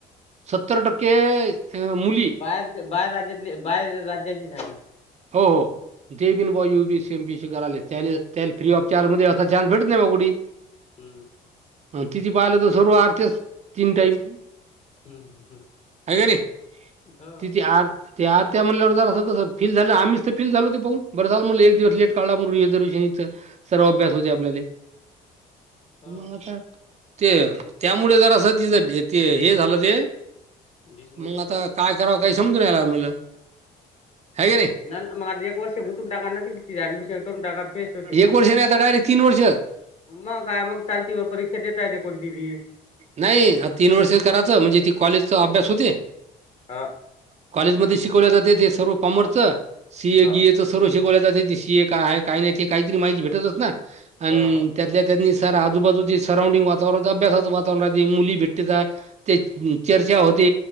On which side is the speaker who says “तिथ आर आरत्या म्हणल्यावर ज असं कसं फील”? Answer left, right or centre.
Right